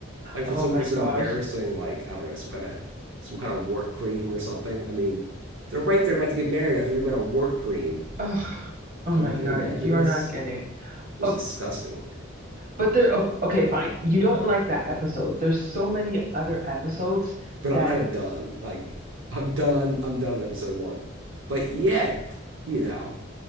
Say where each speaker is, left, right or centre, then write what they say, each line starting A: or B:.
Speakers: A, on the right; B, on the right.
A: like for
B: Oh
A: some
B: my
A: just
B: gosh.
A: embarrassing, like I don't know, some kind of some kind of wart cream or something. I mean, they're right there about to get married. I think about a wart cream.
B: Oh, oh
A: I
B: my
A: mean, can
B: God,
A: you imagine
B: you
A: this?
B: are not getting it.
A: Just
B: Oh,
A: disgusting.
B: But there, oh, okay, fine. You don't like that episode. There's so many other episodes
A: But
B: that,
A: I'm kind of done. Like, I'm done. I'm done in episode one. But yet, you know,